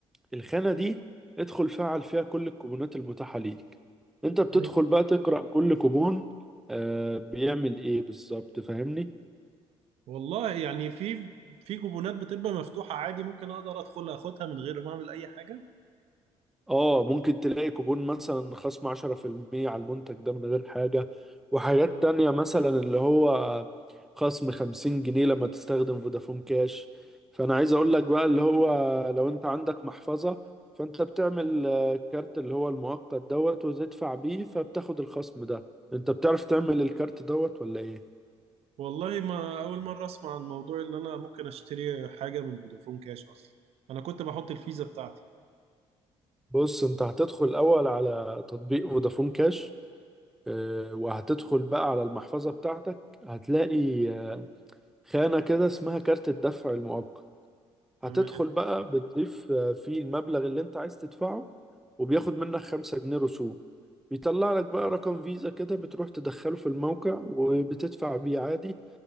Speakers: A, in the centre; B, on the right.
A: الخانة دي ادخل فعل فيها كل الكوبونات المتاحة ليك انت بتدخل
B: يعني
A: بقى تقرأ كل كوبون آه بيعمل ايه بالظبط فاهمني
B: والله يعني في في جبونات بتبقى مفتوحه عادي ممكن اقدر ادخل اخدها من غير ما اعمل اي حاجه
A: اه ممكن تلاقي كوبون مثلا خصم 10% على المنتج ده من غير حاجة وحاجات تانية مثلا اللي هو خصم 50 جنيه لما تستخدم فودافون كاش فأنا عايز أقول لك بقى اللي هو لو أنت عندك محفظة فأنت بتعمل آه، كارت اللي هو المؤقت دوت وتدفع بيه فبتاخد الخصم ده أنت بتعرف تعمل الكارت دوت ولا إيه؟
B: والله ما أول مرة أسمع عن موضوع إن أنا ممكن أشتري حاجة من فودافون كاش أصلا أنا كنت بحط الفيزا بتاعتي
A: بص أنت هتدخل أول على تطبيق فودافون كاش آه، وهتدخل بقى على المحفظة بتاعتك هتلاقي آه، خانة كده اسمها كارت الدفع المؤقت
B: تمام
A: هتدخل بقى بتضيف آه، فيه المبلغ اللي انت عايز تدفعه وبياخد منك خمسة جنيه رسوم بيطلع لك بقى رقم فيزا كده بتروح تدخله في الموقع وبتدفع بيه عادي